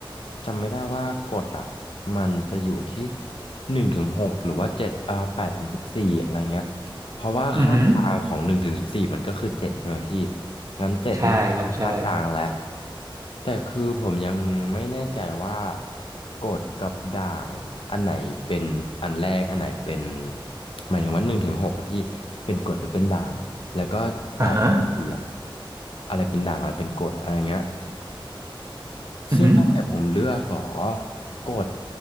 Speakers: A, on the left (about 75°); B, on the right (about 40°).
A: จำไม่ได้ว่ากฎอะมันจะอยู่ที่หนึ่งถึงหกหรือว่าเจ็ดอ่าแปดถึงสิบสี่อะไรเงี้ยเพราะว่าค่ากลางของหนึ่งถึงสิบสี่มันก็คือเจ็ดใช่ไหมพี่
B: อือหือ
A: งั้นเจ็ดนี่แหละคือค่ากลางแล้ว
B: ใช่ครับใช่
A: แต่คือผมยังไม่แน่ใจว่ากดกับด่างอันไหนเป็นอันแรกอันไหนเป็นหมายถึงว่าหนึ่งถึงหกอะพี่เป็นกดหรือเป็นด่างแล้วก็แปดถึงสี่อะ
B: อ่าฮะ
A: อะไรเป็นด่างอะไรเป็นกดอะไรเงี้ย
B: อือือ
A: ซึ่งตั้งแต่ผมเลือกหรอกด